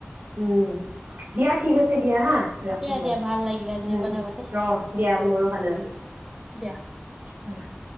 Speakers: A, on the right (about 85°); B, on the right (about 20°).
A: উম দিয়া ঠিক আছে দিয়া হা ৰাখো
B: দিয়া
A: মই।
B: দিয়া
A: উম,
B: ভাল লাগিলে আজি
A: উম
B: কথা পাতি
A: অ' দিয়া মোৰো ভাল লাগিল।
B: দিয়া।
A: উম <unintelligible>